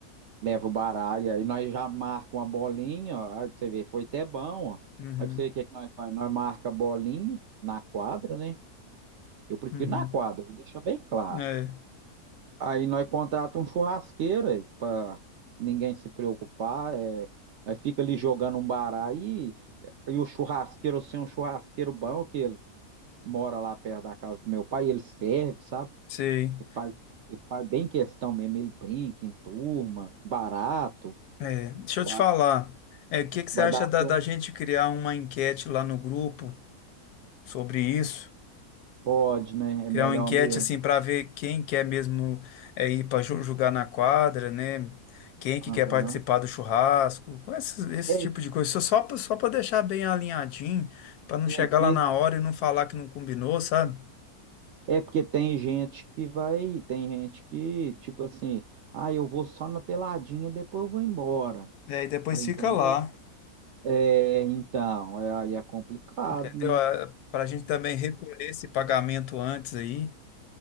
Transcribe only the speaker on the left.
Uhum,
uhum.
É,
sei.
É, deixa eu
te falar. É, o que
que
você
acha
da,
da gente criar uma enquete lá no grupo sobre isso?
Criar
uma enquete
assim para ver quem quer mesmo é, ir para jogar na quadra, né? Quem é que
quer participar do churrasco, com esse, esse
tipo de coisa. Só, só pra- só para deixar bem alinhadinho, para não
chegar
lá na hora e não falar que não combinou, sabe?
E aí depois
fica
lá,
entendeu?
Para a gente também recolher esse pagamento antes aí.